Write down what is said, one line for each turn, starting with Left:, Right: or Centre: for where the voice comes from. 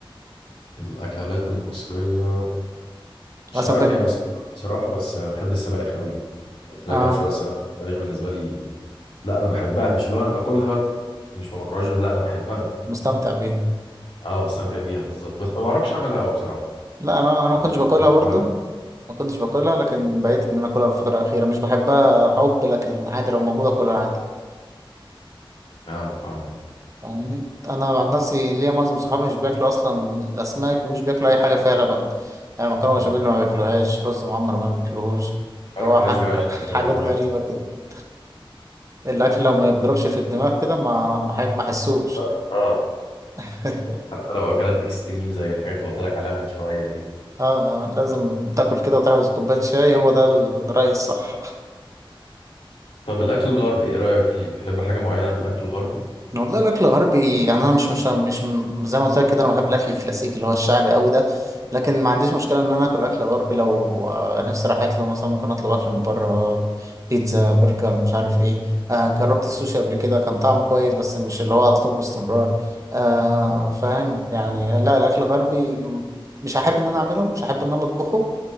Left: الأكلات المصرية مش
Right: مثلا
Left: عارف
Right: في
Left: هي مصرية بصراحة بس أنا بحب السبانخ قوي قلت لك
Right: اه
Left: ده مش عارف، بس أنا السبانخ بالنسبة لي لا أنا بحبها مش اللي هو أنا باكلها مش ما بكرهاش لا أنا بحبها
Right: مستمتع بيها
Left: اه بستمتع بيها بالظبط بس ما بعرفش اعملها قوي بصراحه
Right: لا انا انا
Left: يعني
Right: ما كنتش باكلها برضو
Left: أنا-
Right: ما كنتش باكلها لكن بقيت ان انا اكلها الفتره الاخيره مش بحبها حب لكن عادي لو موجوده اكلها عادي
Left: اه فاهمك
Right: فاهمني انا عن نفسي ليا معظم صحابي مش بياكلوا اصلا الاسماك ومش بياكلوا اي حاجه فيها لبن يعني مكرونه
Left: مم.
Right: بشاميل ما بياكلوهاش رز معمر ما بياكلوهوش
Left: مش عارف
Right: اللي هو
Left: الناس
Right: ح-
Left: دي عايشه
Right: حاجات
Left: ازاي والله
Right: غريبه كده <laughs> الاكل لو ما بيضربش في الدماغ كده ما ما حي- ما حسوش
Left: بس، اه
Right: <laughs>
Left: حتى لو اكلات اكستريم زي الحاجات اللي قلت لك عليها من شويه دي
Right: اه آه، لازم تاكل كده وتحبس كوبايه شاي هو ده الرأي الصح
Left: طب الاكل الغربي ايه رايك فيه بتحب حاجه معينه في الاكل الغربي
Right: والله الاكل الغربي يعني انا مش مش مش زي ما قلت لك كده انا بحب الاكل الكلاسيكي اللي هو الشعبي قوي ده لكن ما عنديش مشكله ان انا اكل اكل غربي لو آه، نفسي راحت له مثلا ممكن اطلب اكل من بره بيتزا برجر مش عارف ايه آه جربت السوشي قبل كده كان طعمه كويس بس مش اللي هو اطلبه باستمرار آه
Left: اه
Right: فاهم يعني لا الاكل الغربي م- مش هحب ان
Left: فاهم
Right: انا اعمله مش هحب ان انا اطبخه